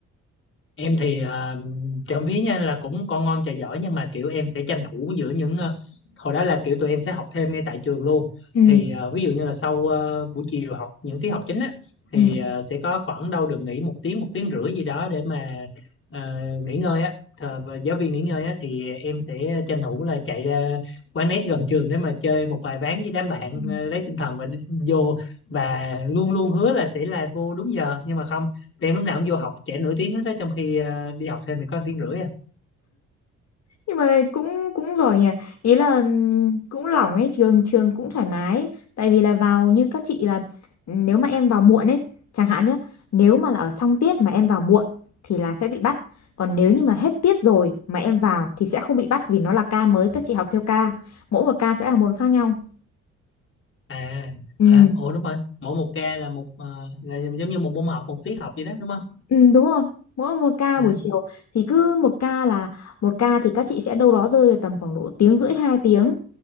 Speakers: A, on the left; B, on the left.
A: em thì à, trộm vía nha là cũng con ngon trò giỏi nhưng mà kiểu em sẽ tranh thủ giữa những ờ, hồi đó là kiểu tụi em sẽ học thêm ngay tại trường luôn
B: Ừ,
A: thì ờ, ví dụ như là sau ờ, buổi chiều học những tiết học chính á
B: ừ,
A: thì ờ, sẽ có khoảng đâu được nghỉ một tiếng một tiếng rưỡi gì đó để mà ờ, nghỉ ngơi á Thờ, và giáo viên nghỉ ngơi á thì em sẽ tranh thủ là chạy ra quán net gần trường để mà chơi một vài ván với đám bạn
B: ừ.
A: ờ, lấy tinh thần và đi- vô và luôn luôn hứa là sẽ là vô đúng giờ nhưng mà không em lúc nào cũng vô học trễ nửa tiếng hết đó trong khi ờ, đi học thêm thì có 1 tiếng rưỡi à
B: nhưng mà cũng cũng giỏi nhỉ ý là cũng lỏng ấy trường trường cũng thoải mái ấy. tại vì là vào như các chị là nếu mà em vào muộn ấy chẳng hạn nhé nếu mà là ở trong tiết mà em vào muộn thì là sẽ bị bắt còn nếu như mà hết tiết rồi mà em vào thì sẽ không bị bắt vì nó là ca mới các chị học theo ca mỗi một ca sẽ là một khác nhau
A: à,
B: ừ,
A: à ủa đúng rồi mỗi một ca là một ờ, là giống như một môn học một tiết học vậy đó đúng không
B: ừ đúng rồi mỗi một ca
A: à,
B: buổi chiều thì cứ một ca là một ca thì các chị sẽ đâu đó rơi vào tầm khoảng độ tiếng rưỡi hai tiếng